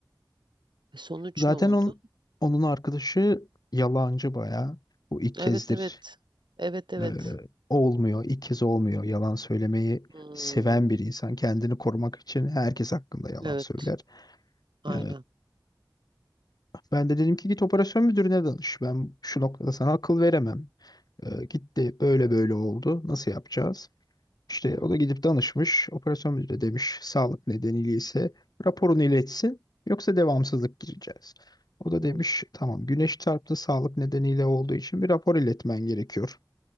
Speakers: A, on the right; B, on the left.
A: E, sonuç
B: Zaten
A: ne oldu?
B: onun, onun arkadaşı yalancı bayağı. Bu ilk
A: Evet
B: kezdir
A: evet. Evet evet.
B: e, olmuyor. İlk kez olmuyor. Yalan söylemeyi
A: Hmm,
B: seven bir insan. Kendini korumak için herkes hakkında yalan
A: evet.
B: söyler.
A: Aynen.
B: E, ben de dedim ki git operasyon müdürüne danış. Ben şu noktada sana akıl veremem. E, gitti böyle böyle oldu. Nasıl yapacağız? İşte
A: Hmm,
B: o da gidip danışmış. Operasyon müdürü demiş sağlık nedeniyle ise raporunu iletsin yoksa devamsızlık gireceğiz. O da
A: hmm.
B: demiş tamam güneş çarptı sağlık nedeniyle olduğu için bir rapor iletmen gerekiyor.